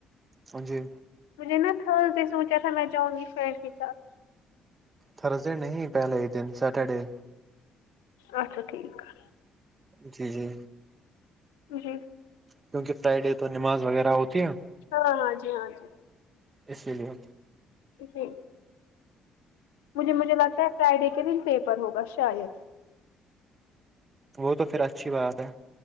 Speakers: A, on the right; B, on the left.
A: ہاں جی
B: مجھے نا تھرس ڈے سوچا تھا میں جاؤں گی فرینڈ کے ساتھ
A: تھرزڈے نہیں پہلے ہی دن سیٹرڈے
B: اچھا ٹھیک ہے
A: جی جی
B: جی
A: کیونکہ فرائیڈے تو نماز وغیرہ ہوتی ہے
B: ہاں ہاں جی ہاں جی
A: اسی لیے
B: جی مجھ مجھے لگتا ہے فرائیڈے کے دن پیپر ہوگا شاید
A: وہ تو پھر اچھی بات ہے